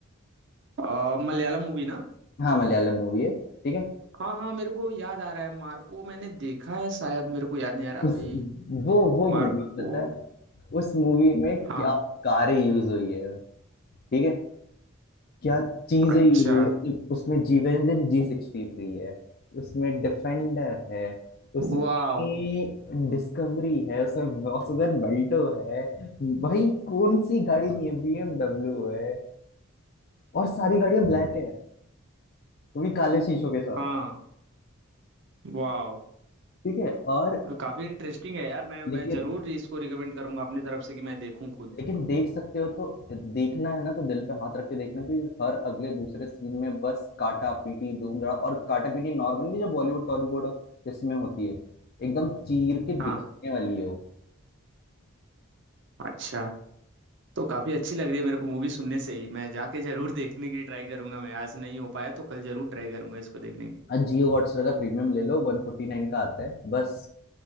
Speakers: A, on the right; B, on the left.
A: अ, मलयालम मूवी ना
B: हाँ मलयालम मूवी है ठीक है
A: हाँ हाँ मेरे को याद आ रहा है मार्को मैंने देखा है शायद मेरे को याद नहीं आ रहा अभी
B: उस वो वो मूवी
A: मार्को
B: पता है उस मूवी में क्या
A: हाँ
B: कारें यूज हुई है ठीक है क्या चीजें
A: अच्छा
B: यूज हुई हैं। मतलब उसमें G wagon G sixty three है उसमें डिफेंडर है उसमें
A: वाओ
B: डिस्कवरी है उसमें वॉल्क्सवैगन बेल्टो है भाई कौन सी गाड़ी नहीं है बीएमडब्ल्यू है और सारी गाड़ियां ब्लैक है वो भी काले शीशों के साथ
A: हाँ वाओ
B: ठीक है और
A: काफी इंटरेस्टिंग है यार मैं
B: लेकिन
A: मैं जरूर इसको रिकमेंड करूंगा अपनी तरफ से कि मैं देखूं खुद
B: लेकिन देख सकते हो तो देखना है ना तो दिल पे हाथ रख के देखना क्योंकि हर अगले दूसरे सीन में बस काटा पीटी धूम धड़ा और काटा पीटी नॉर्मली जो बॉलीवुड टॉलीवुड इसमें होती है एकदम चीर के
A: हाँ
B: दिखाने वाली है वो
A: अच्छा तो काफी अच्छी लग रही है मेरे को मूवी सुनने से ही मैं जाके जरूर देखने की ट्राई करूंगा मैं आज नहीं हो पाया तो कल जरूर ट्राई करूंगा इसको देखने की
B: हाँ जियो हॉटस्टार का प्रीमियम ले लो वन फोर्टी नाइन का आता है बस